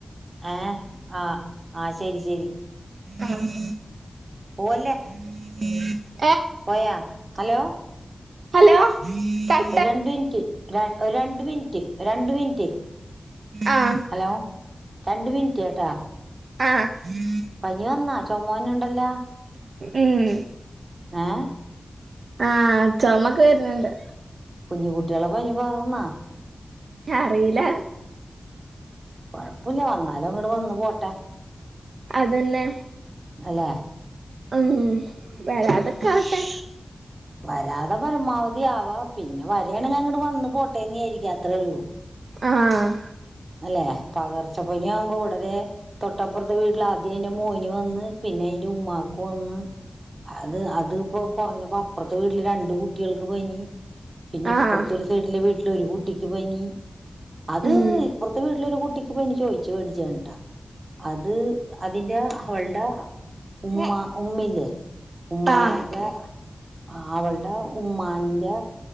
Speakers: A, on the right; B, on the right.
A: ഏഹേ ആ ആ ശരി ശരി
B: ആഹ്
A: പോവല്ലേ
B: <inaudible>
A: പോയാ? ഹലോ
B: ഹലോ കട്ട്
A: ഒരു രണ്ട് മിനിറ്റ് രണ്ട് മിനിറ്റ് രണ്ട് മിനിറ്റ്
B: ആഹ്
A: ഹലോ രണ്ട് മിനിറ്റ് കേട്ടോ?
B: ആഹ്
A: പനി വന്നാ ചുമവരുന്നുണ്ടല്ലോ
B: ഉം
A: ഏഹ്
B: ആഹ് ചുമക്കെ വരുന്നുണ്ട്
A: കുഞ്ഞു കുട്ടികളെ പനി പകർന്നോ
B: അറിയില്ല
A: കൊഴപ്പുല്ല വന്നാലും അങ്ങട്ട് വന്നു പോട്ടെ
B: അതന്നെ
A: അലേ
B: മ് വരാതെ നിൽക്കട്ടെ
A: വരാതെ പരമാവധി ആവാ പിന്നെ വരണെങ്കിൽ അങ്ങോട്ട് വന്നു പോട്ടേന്നീ വിചാരിക്കാ അത്രേള്ളൂ
B: ആഹ്
A: അല്ലെ പകർച്ചപ്പനി ആവുമ്പോ വിടരെ തൊട്ടപ്പുറത്തെ വീട്ടിൽാദ്യം അതിന്റെ മോന് വന്ന് പിന്നെ അതിന്റെ ഉമ്മാക്ക് വന്ന് അത് അതിപ്പോ കുറഞ്ഞപ്പോ അപ്പുറത്തെ വീട്ടില് രണ്ട് കുട്ടികൾക്ക് പനി പിന്നെ
B: ആഹ്
A: ഇപ്പുറത്തെ ഒരു സൈഡിലെ വീട്ടില ഒരു കുട്ടിക്ക് പനി അത്
B: ഉം
A: ത്താ വീട്ടില ഒരു കുട്ടിക്ക് പനി ചോദു മേടിച്ചയാട്ടാ അത് അതിന്റെ അവൾടെ ഉമ്മ ഉമ്മില്ലേ ഉമ്മാന്റെ
B: ആഹ്
A: ആവൾടെ ഉമ്മാന്റെ